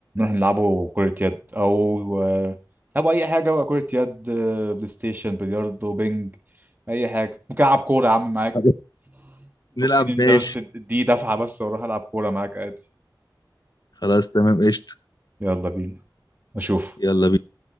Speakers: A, on the right; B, on the left.
A: نلعبوا كرة يد او آه، او اي حاجة بقى كرة يد آه، بلاي ستيشن بلياردو بينج اي حاجة ممكن العب كورة يا عم معاك
B: خلاص،
A: زقني
B: نلعب
A: انت
B: ماشي
A: بس اديني دفعة بس واروح العب كورة معاك عادي
B: خلاص تمام قشطه
A: يلا بينا اشوف
B: يلا بينا